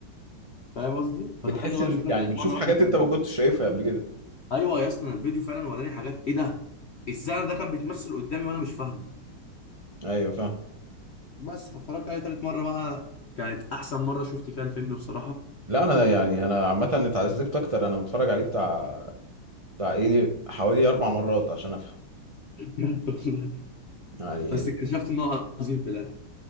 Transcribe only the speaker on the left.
فاهم قصدي
فدخلنا بقى
شفناه
تالت
مره واحنا
فاهمين
ايوه يا اسطى أنا الفيديو فعلا وراني حاجات ايه ده ازاي انا ده كان بيتمثل قدامي وانا مش فاهمه
بس فاتفرجت عليه تالت مره بقى كانت احسن مره شفت فيها الفيلم بصراحه
من
<laughs>
بس
اكتشفت ان هو عظيم في الاخر